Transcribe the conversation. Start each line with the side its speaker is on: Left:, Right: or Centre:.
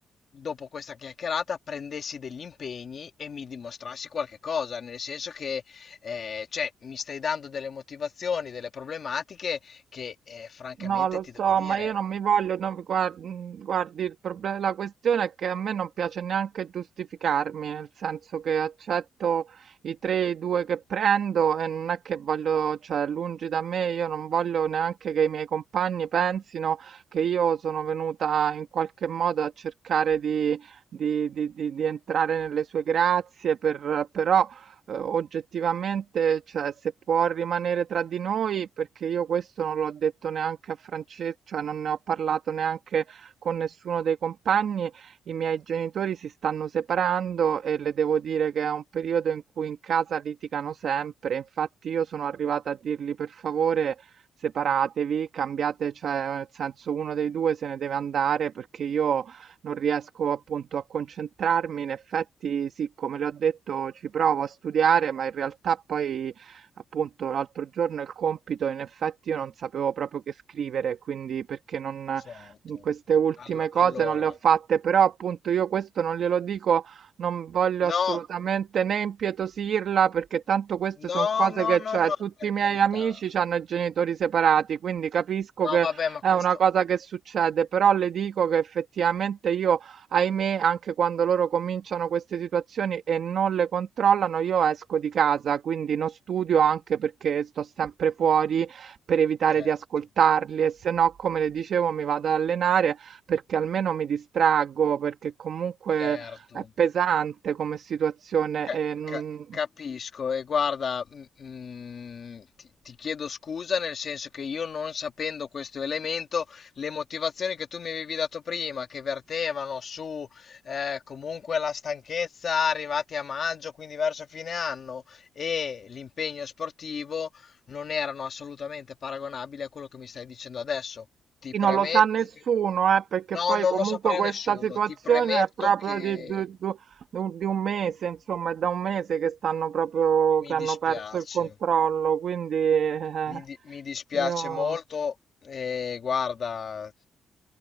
Left: dopo questa chiacchierata, prendessi degli impegni e mi dimostrassi qualche cosa, nel senso che, eh, cioè, mi stai dando delle motivazioni, delle problematiche che, eh, francamente,
Right: No, lo
Left: ti devo
Right: so,
Left: dire
Right: ma io non mi voglio, no, guard- mm, guardi, il problema, la questione è che a me non piace neanche giustificarmi, nel senso che accetto i tre, i due che prendo e non è che voglio, cioè, lungi da me, io non voglio neanche che i miei compagni pensino che io sono venuta in qualche modo a cercare di, di- di- di- di entrare nelle sue grazie, per, però eh, oggettivamente, cioè, se può rimanere tra di noi, perché io questo non l'ho detto neanche a Francesco, cioè non ne ho parlato neanche con nessuno dei compagni, i miei genitori si stanno separando e le devo dire che è un periodo in cui in casa litigano sempre. Infatti io sono arrivata a dirgli per favore separatevi, cambiate, cioè nel senso uno dei due se ne deve andare perché io non riesco appunto a concentrarmi. In effetti sì, come le ho detto, ci provo a studiare, ma in realtà poi appunto l'altro giorno il compito, in effetti io non sapevo proprio che scrivere, quindi perché non mhmm,
Left: Certo.
Right: queste ultime
Left: Allo- allora,
Right: cose non le ho fatte, però appunto io questo non glielo dico, non voglio
Left: no,
Right: assolutamente né impietosirla, perché tanto queste
Left: no,
Right: sono cose
Left: no,
Right: che, cioè,
Left: no, no,
Right: tutti
Left: per
Right: i miei
Left: carità.
Right: amici hanno i genitori separati, quindi capisco
Left: No,
Right: che
Left: vabbè, ma
Right: è
Left: questo...
Right: una cosa che succede, però le dico che effettivamente io, ahimè, anche quando loro cominciano queste situazioni e non le controllano, io esco di casa, quindi non studio anche perché sto sempre fuori per evitare
Left: Certo,
Right: di ascoltarli e se no, come le dicevo, mi vado ad allenare perché almeno mi distraggo, perché comunque
Left: certo.
Right: è pesante come situazione
Left: Ca-
Right: e, mm,
Left: ca- Capisco e guarda, mm, mm, ti, ti chiedo scusa nel senso che io non sapendo questo elemento, le motivazioni che tu mi avevi dato prima, che vertevano su eh, comunque la stanchezza arrivati a maggio, quindi verso fine anno, e l'impegno sportivo, non erano assolutamente paragonabili a quello che mi stai dicendo adesso. Ti
Right: Sì,
Left: premetto
Right: non lo sa nessuno,
Left: che...
Right: eh, perché
Left: No,
Right: poi
Left: non
Right: comunque
Left: lo saprà
Right: questa
Left: nessuno,
Right: situazione
Left: ti premetto
Right: è proprio
Left: che
Right: di, du- du- du- di un mese, insomma, è da un mese che stanno proprio,
Left: mi
Right: che hanno
Left: dispiace.
Right: perso il controllo, quindi eh,
Left: Mi, di- mi dispiace
Right: io,
Left: molto, e guarda,